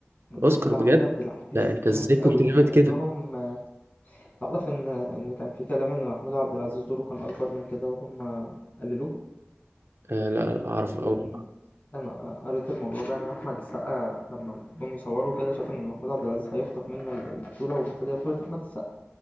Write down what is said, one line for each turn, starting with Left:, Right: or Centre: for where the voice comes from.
Left: الدور
Right: اوسكار
Left: بتاع
Right: بجد
Left: محمود عبد العزيز
Right: لا انت
Left: جامد
Right: ازاي كنت
Left: قوي
Right: جامد
Left: مع
Right: كده
Left: انهم آه، تعرف ان ان كان في كلام ان محمود عبد العزيز دوره كان اكبر من كده وهم قللوه
Right: آه، لا لا، اعرف
Left: لان
Right: اول
Left: انا قريت الموضوع ده ان احمد السقا لما جم يصوروا كده شاف ان محمود عبد العزيز هيخطف منه البطوله والمفروض هي بطوله احمد السقا